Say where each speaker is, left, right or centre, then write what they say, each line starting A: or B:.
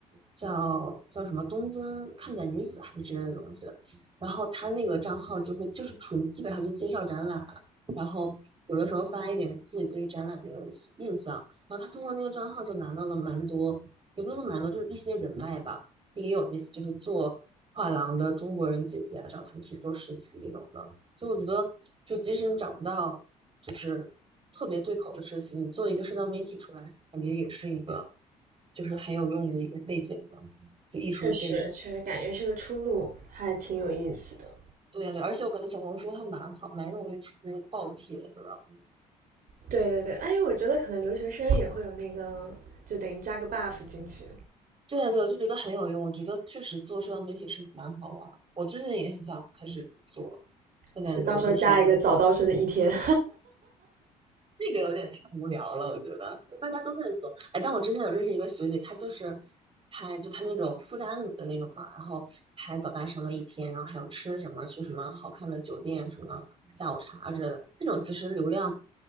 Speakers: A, on the right; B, on the right.
A: 叫叫什么东京看展女子还是之类的东西。然后他那个账号就会就是纯基本上就介绍展览，然后有的时候发一点自己对于展览的印象，然后他通过那个账号就拿到了蛮多，也不能说蛮多，就是一些人脉吧，也有那些就是做画廊的中国人姐姐啊，找他们去做实习这种的，所以我觉得就即使你找不到就是特别对口的实习，你做一个社交媒体出来，感觉也是一个就是很有用的一个背景的，就艺术背景。
B: 确实，确实感觉是个出路，还挺有意思的。
A: 对呀，对，而且我感觉小红书还蛮好，蛮容易出爆帖子的。
B: 对对对，哎，我觉得可能留学生也会有那个，就等于加个 buff 进去
A: 对呀对，我就觉得很有用。我觉得确实做社交媒体是蛮好玩儿我最近也很想开始做，但感觉就是
B: 是到时候加一个早到生的一天。
A: 那个有点太无聊了，我觉得就大家都在做。哎，但我之前有认识一个学姐，她就是拍就她那种富家女的那种吧，然后拍早大生的一天，然后还有吃什么，去什么好看的酒店，什么下午茶之类的。这种其实流量